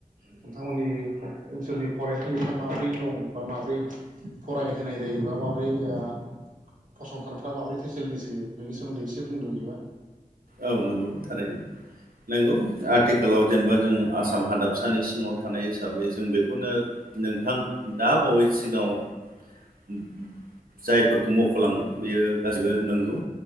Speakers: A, on the right (about 65°); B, on the right (about 80°).
A: नोंथांमोननि ओनसोलनि फरायसालिफ्रा माब्रै दं बा माब्रै फरायहोनाय जायोबा माबोरै ओ फसंथानफ्रा माबोरै फेसिलिटिस होयो बेनि सोमोन्दै एसे बुंदों बिदिबा
B: औ नोंगौ थारैनो नोंगौ। आथिखालाव जेनेबा जों आसाम हादाब फिसानि सिङाव थानाय हिसाबै जों बेखौनो नोंथां दा बावै सिगांआव उम जायफोरखौ मख'लांबाय बेयो गासैबो नोंगौ